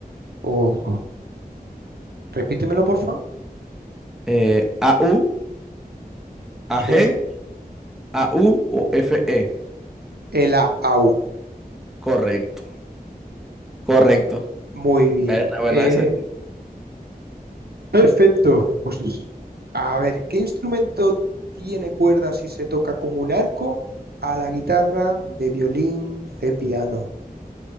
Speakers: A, on the right (about 85°); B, in the centre.
A: Oh. Repítemelo, porfa.
B: Eh, AU, AG,
A: Sí.
B: AU o FE.
A: El A, au.
B: Correcto, correcto.
A: Muy bien.
B: Bueno, bueno,
A: Eh,
B: ese.
A: Perfecto. Pues a ver, ¿qué instrumento tiene cuerdas si se toca con un arco? A la guitarra, de violín, de piano.